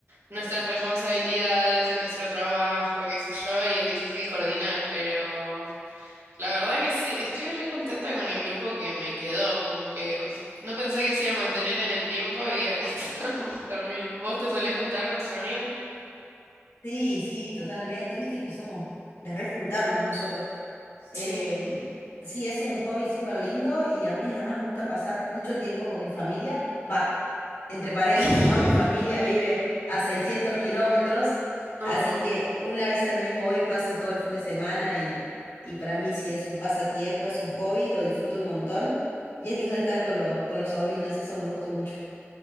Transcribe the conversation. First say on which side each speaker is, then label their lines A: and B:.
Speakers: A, on the right; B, on the left.
A: nuestras responsabilidades y nuestro trabajo, qué sé yo, y es difícil coordinar, pero... La verdad que sí, estoy re contenta con el grupo que me quedó, como que no pensé que se iba a mantener en el tiempo y acá <laughs> estamos también. ¿Vos te solés juntar con tus amigos?
B: Sí, sí, totalmente. Viste que somos de rejuntarnos nosotros. Eh,
A: Sí.
B: sí, es un hobby súper lindo y a mí además me gusta pasar mucho tiempo con mi familia. Va, entre paréntesis,
A: <laughs>
B: ¿no? Mi familia vive a 600 kilómetros, así
A: Oh,
B: que una vez al mes voy, paso todo el fin de semana y, y para mí sí es un pasatiempo, es un hobby, lo disfruto un montón y es lindo estar con, los con los sobrinos, eso me gusta mucho. <laughs>